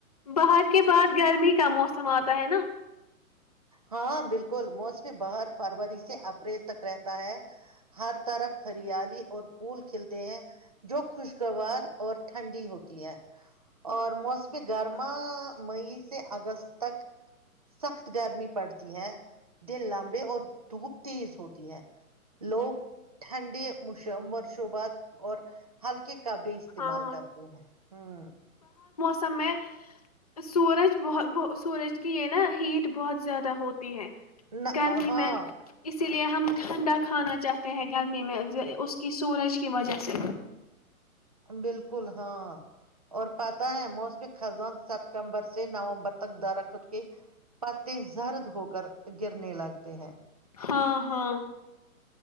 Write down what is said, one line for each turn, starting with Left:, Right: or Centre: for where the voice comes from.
Left: باہر کے بعد گرمی کا موسم آتا ہے نا
Right: ہاں بالکل موسم بہر فروری سے اپریل تک رہتا ہے ہر طرف ہریالی اور پھول کھلتے ہیں جو خوشگوار اور ٹھنڈی ہوتی ہے اور موسم گرما مئی سے اگست تک سخت گرمی پڑتی ہے دن لمبے اور دھوپ تیز ہوتی ہے لوگ ٹھنڈے مرشوبات اور ہلکے کابی استعمال
Left: ہاں
Right: کرتے ہیں ہ
Left: سم سورج بت سورج کی یہ نا ہیٹ بہت زیادہ ہوتی ہے
Right: نہ
Left: گرمی
Right: ہاں
Left: میں اسی لیے ہم ٹھنڈا کھانا چاہتے ہیں گرمی میں اس اس کی سورج کی وجہ سے
Right: بالکل ہاں اور پتا ہے موسم خزان سپٹمبر سے نومبر تک درخت کے پتے زرد ہو کر گرنے لگتے ہیں
Left: ہاں ہاں